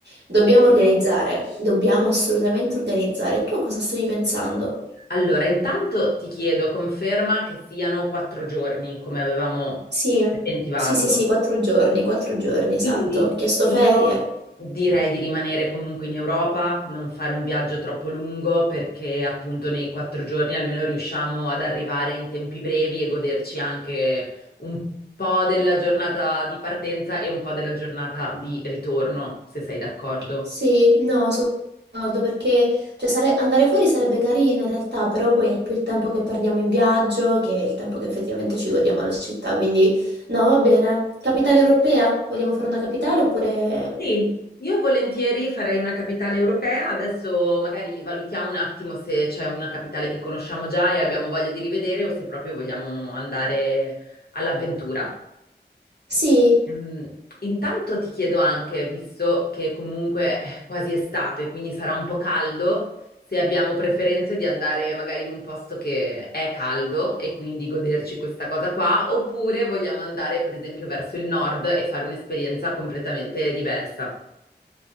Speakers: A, on the right; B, on the left.
A: dobbiamo organizzare, dobbiamo assolutamente organizzare. Tu a cosa stavi pensando?
B: Allora, intanto ti chiedo conferma che siano quattro giorni, come avevamo
A: Sì,
B: preventivato.
A: sì, sì, sì, quattro giorni, quattro giorni, esatto.
B: Quindi
A: Ho chiesto
B: io
A: ferie.
B: direi di rimanere comunque in Europa, non fare un viaggio troppo lungo perché appunto nei quattro giorni almeno riusciamo ad arrivare in tempi brevi e goderci anche un po' della giornata di partenza e un po' della giornata di ritorno, se sei d'accordo.
A: Sì, no, sono d'accordo perché cioè, sare- andare fuori sarebbe carino in realtà, però poi è più il tempo che perdiamo in viaggio che il tempo che effettivamente ci godiamo la città, quindi no, va bene. Capitale europea? Vogliamo fare una capitale oppure...
B: Sì, io volentieri farei una capitale europea, adesso magari valutiamo un attimo se c'è una capitale che conosciamo già e abbiamo voglia di rivedere o se proprio vogliamo andare all'avventura.
A: Sì,
B: Ehm, Intanto ti chiedo anche, visto che comunque è quasi estate, quindi sarà un po' caldo, se abbiamo preferenze di andare magari in un posto che è caldo e quindi goderci questa cosa qua, oppure vogliamo andare per esempio verso il nord e fare un'esperienza completamente diversa.